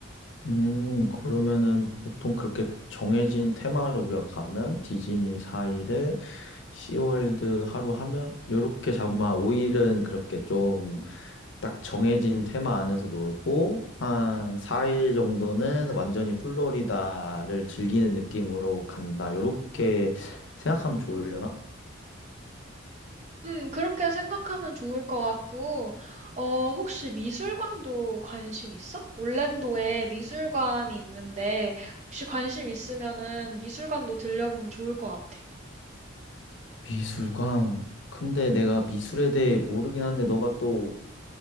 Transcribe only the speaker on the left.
음, 그러면은 보통 그렇게 정해진 테마를 우리가 가면 디즈니 4일에 시월드 하루 하면 요렇게 잡으면 한 5일은 그렇게 좀 딱 정해진 테마 안에서 놀고 한 4일 정도는 완전히 플로리다를 즐기는 느낌으로 간다. 요렇게 생각하면 좋으려나?
미술관. 근데 내가 미술에 대해 모르긴 한데 너가 또